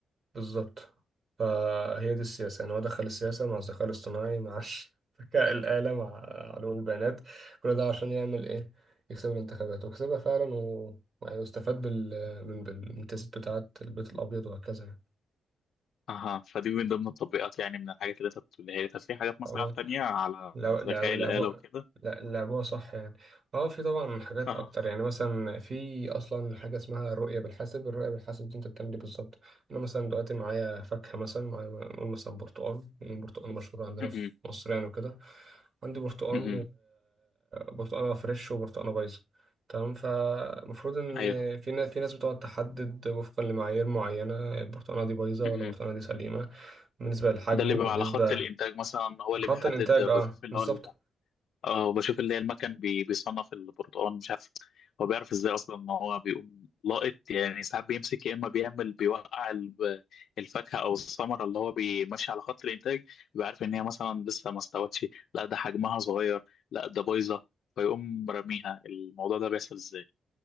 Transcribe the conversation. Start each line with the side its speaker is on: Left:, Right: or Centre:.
Right: بالظبط فهي دي السياسة يعني هو دخل السياسة مع الذكاء الاصطناعي مع <laughs> ذكاء الآلة مع علوم البيانات كل ده عشان يعمل إيه يكسب الانتخابات وكسبها فعلا و... ويستفاد بال... من بالامتيازات بتاعة البيت الأبيض وهكذا يعني
Left: اها فدي من ضمن التطبيقات يعني من الحاجات اللي انت بتقولها لي طب في حاجات مثلا
Right: اه
Left: تانية على
Right: لو
Left: ذكاء
Right: لو لعبوها
Left: الآلة وكده
Right: لا لعبوها صح يعني اه في طبعا حاجات
Left: اه
Right: اكتر يعني مثلا في اصلا حاجه اسمها الرؤيه بالحاسب الرؤيه بالحاسب دي انت بتعمل ايه بالظبط انا مثلا دلوقتي معايا فاكهه مثلا معايا نقول مثلا برتقال لان البرتقال مشهور عندنا
Left: مهم.
Right: في مصر يعني وكده عندي برتقال
Left: مهم.
Right: وبرتقاله فريش وبرتقاله بايظه تمام فالمفروض ان
Left: ايوه
Right: في ناس في ناس بتقعد تحدد وفقا لمعايير معينه البرتقاله دي بايظه ولا
Left: مهم.
Right: البرتقاله دي سليمه بالنسبه للحجم
Left: ده اللي
Right: وبالنسبه
Left: بيبقى على خط الانتاج مثلا هو
Right: لخط
Left: اللي بيحدد
Right: الانتاج
Left: بشوف
Right: اه
Left: اللي
Right: بالظبط
Left: هو اه وبشوف اللي هي المكن بي- بيصنف البرتقال مش عارف هو بيعرف ازاي اصلا ان هو بيقوم لاقط يعني ساعات بيمسك يا اما بيعمل بيوقع ال- الفاكهه او الثمره اللي هو بيمشي على خط الانتاج بيبقى عارف ان هي مثلا لسه ما استوتش لا ده حجمها صغير لا ده بايظه فيقوم راميها الموضوع ده بيحصل ازاي